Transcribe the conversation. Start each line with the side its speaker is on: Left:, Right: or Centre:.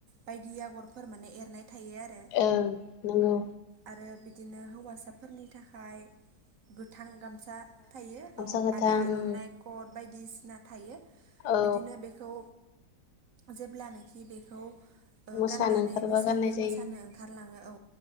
Right: बायदि आगरफोर माने एरनाय थायो आरो
Left: ओ नंगौ।
Right: आरो बिदिनो हौवासाफोरनि थाखाय। गोथां गामसा थायो
Left: गामसा
Right: औ
Left: गोथां
Right: आरो आर'नाइ
Left: उम
Right: कद बायदिसिना थायो।
Left: औ
Right: बिदिनो बेखौ जेब्लानोखि बेखौ।
Left: मोसानो
Right: गाननानै
Left: ओंखारबा
Right: बैसागो
Left: गाननाय जायो
Right: मोसानो ओंखारलाङो औ